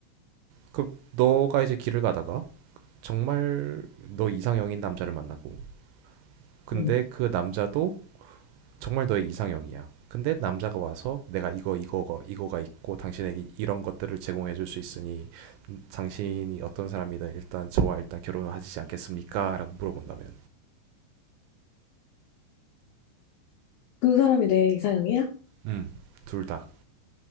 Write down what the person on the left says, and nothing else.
응.
그 사람이 내 이상형이야?